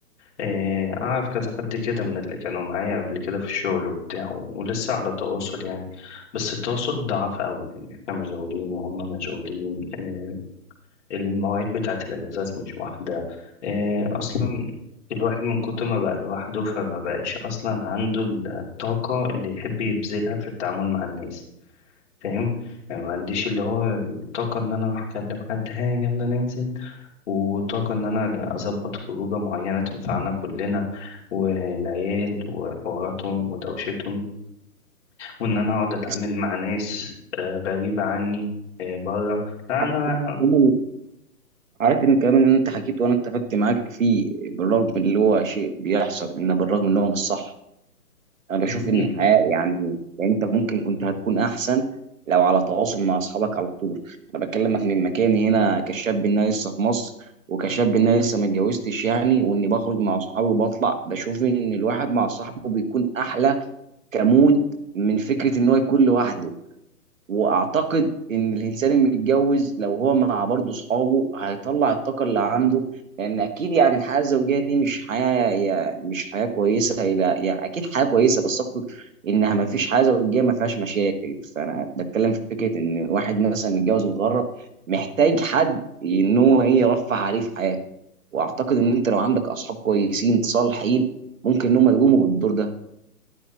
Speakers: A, on the left; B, on the right.
A: آه، أعرف كذا حد كده من اللي كانوا معايا قبل كده في الشغل وبتاع ولسه على تواصل يعني بس التواصل ضعف أوي يعني إحنا مشغولين وهم مشغولين آه، المواعيد بتاعة الأجازات مش واحدة آه، أصلا الواحد من كتر ما بقى لوحده فما بقاش أصلا عنده الطاقة اللي يحب يبذلها في التعامل مع الناس فاهم يعني ما عنديش اللي هو الطاقة إن أنا أروح أكلم حد ها يلا ننزل وطاقة إن أنا أظبط خروجة معينة تنفعنا كلنا والعيال وحواراتهم ودوشتهم وإن أنا أقعد أتعامل
B: بس
A: مع ناس آه، غريبة عني آه، بره لا
B: عارف
A: أنا
B: كمان- عارف ان الكلام اللي انت حكيته وانا اتفقت معاك فيه بالرغم اللي هو شيء بيحصل ان بالرغم ان هو مش صح انا بشوف
A: أكيد
B: ان الحياه يعني يعني انت ممكن كنت هتكون احسن لو على تواصل مع اصحابك على طول انا بكلمك من مكاني هنا كشاب ان انا لسه في مصر وكشاب ان انا لسه ما اتجوزتش يعني واني بخرج مع اصحابي وبطلع بشوف ان الواحد مع صاحبه بيكون احلى كمود من فكره ان هو يكون لوحده واعتقد ان الانسان المتجوز لو هو مع برضه اصحابه هيطلع الطاقه اللي عنده لان اكيد يعني الحياه الزوجيه دي مش حياه يا مش حياه كويسه الى يعني اكيد حياه كويسه بس اقصد انها ما فيش حياه زوجيه ما فيهاش مشاكل فانا بتكلم في فكره ان الواحد مثلا متجوز متغرب محتاج حد ان هو ايه يرفه عليه في حياته واعتقد ان انت لو عندك اصحاب كويسين صالحين ممكن ان هم يقوموا بالدور ده